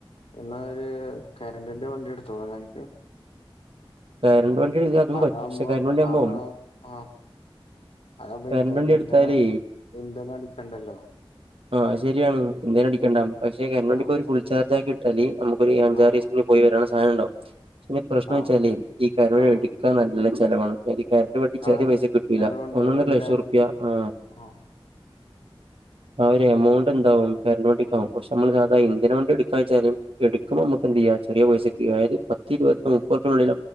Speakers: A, on the left; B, on the right.
A: എന്നാ ഒരു കരണ്ടിന്റെ വണ്ടി എടുത്തോളാം നിനിക്ക്
B: കറന്റ് വണ്ടി എടുത്താ അതും
A: ആ
B: പറ്റും പക്ഷെ കറന്റ് വണ്ടി ആകുമ്പോ
A: ആ ആഹ് അതപ്പൊന്ത
B: കറന്റ് വണ്ടി
A: ഇന്ധന
B: എടുത്താല്
A: ഇന്ധനം അടിക്കണ്ടല്ലോ
B: ആഹ് ശരിയാണ് ഇന്ധനം അടിക്കണ്ടാ പക്ഷ കരണ്ട് വണ്ടിപ്പോ
A: ആഹ്
B: വേണ്ടിപ്പോ ഒരു ഫുൾ ചാർജ് ആക്കിട്ടാല് നമുക്ക് അഞ്ചാറിസത്തിന്
A: ആഹ്
B: പോയി വരാള്ള സാധം ഉണ്ടോ പ്രശ്നം
A: ആഹ്
B: വെച്ചാലേ ഈ കരുവഴ
A: ആഹ്
B: എടുക്കാൻ നല്ല ചെലവാണ് എ കാരറ്റ് വണ്ടി ചെറിയ
A: അതെന്നെ
B: പൈസക്ക് കിട്ടൂല
A: ചെലവുണ്ട്
B: ഒന്നൊന്നര
A: അതിന്റെ
B: ലക്ഷം റൂപ്യ ആ
A: ആഹ്
B: ആ ഒരു എമൗണ്ട്
A: ആഹ്
B: എണ്ടാവും <unintelligible> ആകും പക്ഷേ നമ്മള് ഇന്ധന വണ്ടി എടു വെച്ചാല് എടുക്കുമ്പോ നമക്ക് എന്ത്ചെയ ചെറിയ പൈസക്ക് ആയത് പത്തിരുപത് മുപ്പതിനുള്ളിൽ